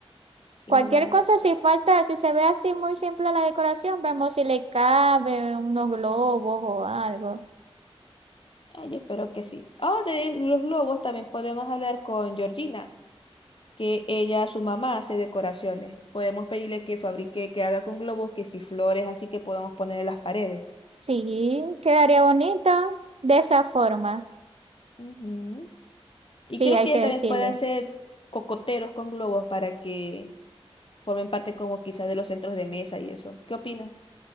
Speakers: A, on the left; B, on the right.
A: Y
B: Cualquier cosa, si falta, si se ve así muy simple la decoración, vemos si le cabe unos globos o algo.
A: ay, espero que sí. Ah, de los globos también podemos hablar con Georgina, que ella, su mamá, hace decoraciones. Podemos pedirle que fabrique, que haga con globos, que si flores, así que podamos poner en las paredes.
B: Sí, quedaría bonito de esa forma.
A: Ujú.
B: Sí,
A: Y creo
B: hay
A: que
B: que
A: ella
B: decirle.
A: también puede hacer cocoteros con globos para que formen parte como quizás de los centros de mesa y eso. ¿Qué opinas?